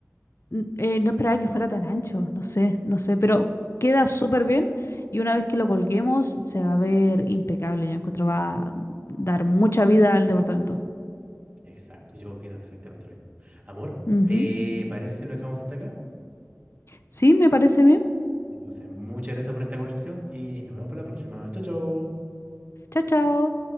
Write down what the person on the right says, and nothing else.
Exacto, yo opino exactamente lo mismo. Amor,
¿te parece si lo dejamos hasta acá?
Entonces, muchas gracias por esta conversación y nos vemos para la próxima. Chao, chao.